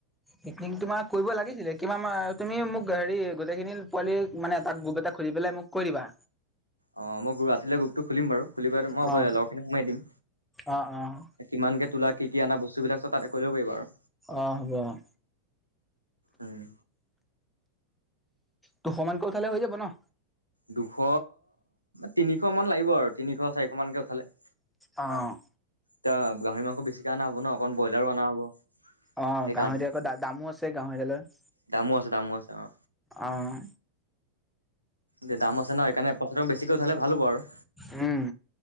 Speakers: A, in the centre; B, on the right.
A: পিকনিক তোমাক কৰিব লাগিছিলে কিমান তুমি মোক হেৰি গোটেইখিনি পোৱালি মানে এটা গ্ৰুপ এটা খুুলি পেলাই মোক কৈ দিবা।
B: অ', মই ৰাতিলৈ গ্ৰুপটো খুলিম বাৰু খুলি পেলাই মই
A: অ',
B: লগৰখিনি সোমাই দিম।
A: অ', অ',
B: কিমানকে তোলা কি কি অনা বস্তু বিলাক চব তাতে কৰি ল'ব পাৰিব আৰু।
A: অ' হ'ব অ'।
B: উম।
A: তো সমান কৈ উঠালে হৈ যাব ন।
B: দুশ তিনিশ মান লাগিব আৰু তিনিশ চাৰিশ মানকে উঠালে।
A: অ', অ'।
B: এ গাহৰি মাংস বেছিকে অনা হ'ব ন অকণ ব্ৰইলাৰো অনা হ'ব।
A: অ',
B: সেইকাৰণে
A: গাহৰিটো আকৌ দামো আছে গাহৰি দালৰ।
B: দামো আছে দামো আছে অ'।
A: অহ।
B: দে দাম আছে নহ সেইকাৰণে পইচাটো বেছিকৈ উঠালে ভাল হ'ব আৰু।
A: উম।